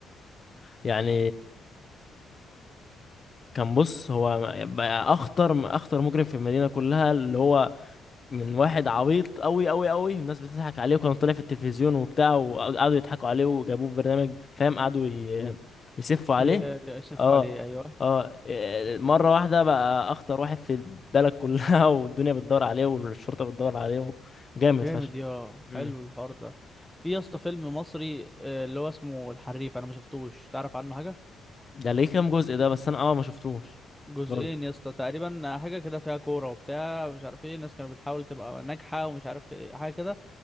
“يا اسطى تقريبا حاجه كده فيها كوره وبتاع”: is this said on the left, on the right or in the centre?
Centre